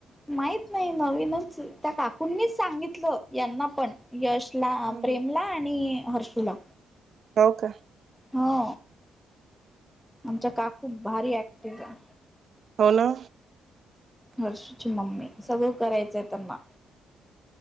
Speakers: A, in the centre; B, on the right.
A: माहित नाही नवीनचए त्या काकूंनीच सांगितलं यांना पण. यशला,
B: हम्म
A: प्रेमला
B: हम्
A: आणि हर्षूला.
B: हो का?
A: हा आमच्या काकू भारी ऍक्टिव आहे.
B: हो ना.
A: हर्षुची मम्मी सगळं करायचंय त्यांना